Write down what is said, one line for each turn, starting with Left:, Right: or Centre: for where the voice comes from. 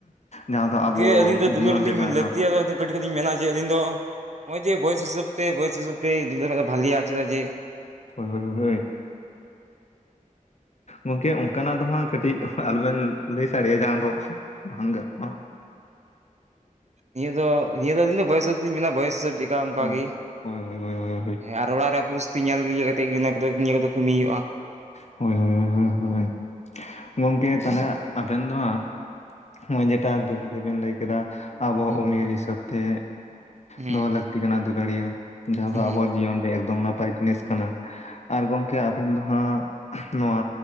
Left: ᱡᱟᱦᱟ ᱫᱚ
Right: ᱜᱚᱝᱠᱮ
Left: ᱟᱵᱚ
Right: ᱟᱹᱞᱤᱧ ᱫᱚ
Left: ᱡᱤᱭᱚᱱ
Right: ᱫᱩᱞᱟᱹᱲ ᱞᱤᱧ
Left: ᱨᱮᱱᱟᱜ
Right: ᱞᱟᱹᱠᱛᱤᱭᱟ
Left: ᱱᱟᱯᱟᱭ
Right: ᱠᱟᱹᱴᱤᱡ ᱫᱚᱞᱤᱧ ᱢᱮᱱᱟ ᱡᱮ ᱟᱹᱞᱤᱧ ᱫᱚ ᱱᱚᱜᱼᱚᱭ ᱡᱮ ᱵᱚᱭᱮᱥ ᱦᱤᱥᱟᱹᱵ ᱛᱮ ᱵᱚᱭᱮᱥ ᱦᱤᱥᱟᱹᱵ ᱛᱮ ᱫᱩᱞᱟ. ᱲ ᱵᱷᱟᱞᱮᱭᱟ ᱪᱮᱫᱟᱜ ᱡᱮ
Left: <unintelligible> ᱜᱚᱝᱠᱮ ᱚᱱᱠᱟᱱᱟᱜ ᱫᱚ ᱦᱟᱸᱜ ᱠᱟᱹᱴᱤᱡ ᱟᱞᱚᱵᱮᱱ ᱞᱟᱹᱭ ᱥᱟᱰᱮᱭᱟ ᱡᱟᱦᱟ ᱫᱚ ᱵᱟᱝ ᱜᱟᱱᱚᱜᱼᱟ ᱾
Right: ᱱᱤᱭᱟᱹ ᱫᱚ ᱱᱤᱭᱟᱹ ᱫᱚ ᱟᱹᱞᱤᱧ ᱫᱚ ᱵᱚᱭᱮᱥ ᱦᱤᱥᱟ. ᱵ ᱛᱮᱞᱤᱧ ᱢᱮᱱᱟ ᱵᱚᱭᱮᱥ ᱦᱤᱥᱟᱹᱵ ᱠᱟ ᱚᱱᱠᱟᱜ
Left: ᱦᱳᱭ
Right: ᱜᱮ
Left: ᱦᱳᱭ ᱦᱳᱭ ᱦᱳᱭ ᱦᱳᱭ
Right: ᱟᱨ ᱚᱲᱟᱜ ᱨᱮᱭᱟᱜ ᱯᱚᱨᱤᱥ ᱛᱤ ᱧᱮᱞ ᱤᱭᱟᱹ ᱠᱟᱛᱮ ᱜᱮ ᱚᱱᱟ ᱠᱚᱫᱚ ᱱᱤᱭᱟᱹ ᱠᱚᱫᱚ ᱠᱟᱹᱢᱤ ᱦᱳᱭᱳᱜᱼᱟ ᱾
Left: ᱦᱳᱭ ᱦᱳᱭ ᱦᱳᱭ ᱦᱳᱭ ᱦᱳᱭ ᱦᱳᱭ ᱜᱚᱝᱠᱮ ᱛᱟᱦᱚᱞᱮ ᱟᱵᱮᱱ ᱫᱚ ᱦᱟᱸᱜ ᱱᱚᱜᱼᱚᱭ ᱡᱮᱴᱟ ᱫᱩᱞᱟ. ᱲ ᱵᱮᱱ ᱞᱟᱹᱭ ᱠᱮᱫᱟ ᱟᱵᱚ
Right: ᱦᱩᱸ
Left: ᱩᱢᱮᱨ ᱦᱤᱥᱟᱹᱵ ᱛᱮ
Right: ᱦᱩᱸ
Left: ᱫᱚᱦᱚ ᱞᱟᱹᱠᱛᱤ ᱠᱟᱱᱟ ᱫᱩᱞᱟᱹᱲᱤᱭᱟᱹ ᱡᱟᱦᱟᱸ
Right: ᱦᱩᱸ
Left: ᱫᱚ ᱟᱵᱚᱣᱟᱜ ᱡᱤᱭᱚᱱ ᱨᱮ ᱮᱠᱫᱚᱢ ᱱᱟᱯᱟᱭ ᱡᱤᱱᱤᱥ ᱠᱟᱱᱟ, ᱟᱨ ᱜᱚᱝᱠᱮ ᱟᱵᱮᱱ ᱫᱚ ᱦᱟᱸᱜ ᱱᱚᱣᱟ